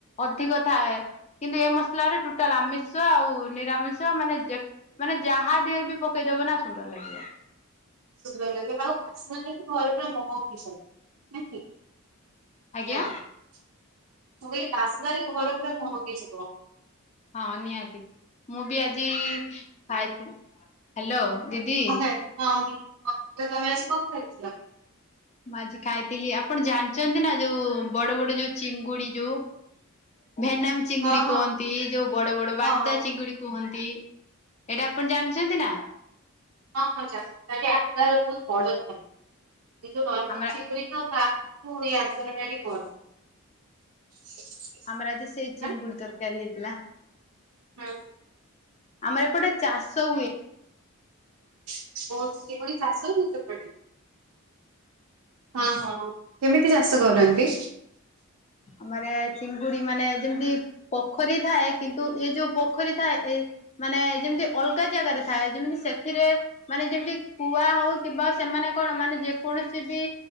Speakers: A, on the left; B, on the right.
A: ଅଧିକ ଥାଏ। କିନ୍ତୁ ଏ ମସଲାରେ ଟୋଟାଲ ଆମିଷ ଷ ଆଉ ନିରାମିଷ ମାନେ ଯେ ମାନେ ଯାହା ଦେହରେ ବି ପକେଇଦବ ନା ସୁନ୍ଦର ଲାଗିବ।
B: ସୁନ୍ଦର ହେଲେ ହଉ <unintelligible>
A: ଆଜ୍ଞା
B: ହେଲେ ମୁଁ କହିଲି ବାସ୍ନାରେ ଘର ପୁରା ମହକି ଯିବ।
A: ହଁ ନିହାତି। ମୁଁ ବି ଆଜି ଖାଇଥିଲି, ହ୍ୟାଲୋ ଦିଦି।
B: <unintelligible> ହଁ ତ ତମେ ଆଜି କଣ ଖାଇଥିଲ?
A: ମୁଁ ଆଜି ଖାଇଥିଲି, ଆପଣ ଜାଣିଛନ୍ତି ନା ଯୋଉ ବଡ ବଡ ଯୋଉ ଚିଙ୍ଗୁଡି ଯୋଉ ଭେନାମୀ ଚିଙ୍ଗୁଡି
B: ହଁ ହଁ
A: କୁହନ୍ତି। ଯୋଉ ବଡ ବଡ ବାଗଦା
B: ହଁ
A: ଚିଙ୍ଗୁଡି କୁହନ୍ତି। ଏଇଟା ଆପଣ ଜାଣିଚ <unintelligible>
B: ହଁ ହଁ ଯା। କାଲି ଆଠଟା ବେଳକୁ <unintelligible> <unintelligible>
A: ଆମର ଆମର ଆଜି ସେଇ ଚିଙ୍ଗୁଡି
B: ହଁ
A: ତରକାରୀ ହେଇଥିଲା।
B: ହଁ।
A: ଆମର ଏପଟେ ଚାଷ ହୁଏ।
B: <unintelligible> ଚିଙ୍ଗୁଡି ଚାଷ ହୁଏ ସେପଟେ। ହଁ ହଁଉ। କେମିତି ଚାଷ କରନ୍ତି?
A: ଆମର ଏ ଚିଙ୍ଗୁଡି ମାନେ ଯେମିତି ପୋଖରୀ ଥାଏ କିନ୍ତୁ ଇଏ ଯୋଉ ପୋଖରୀ ଥାଏ, ଏ ମାନେ ଯେମିତି ଅଲଗା ଜାଗାରେ ଥାଏ। ଯେମିତି ସେଥିରେ ମାନେ ଯେମିତି କୁଆ ହଉ କିମ୍ବା ସେମାନେ କଣ ମାନେ ଯେକୌଣସି ବି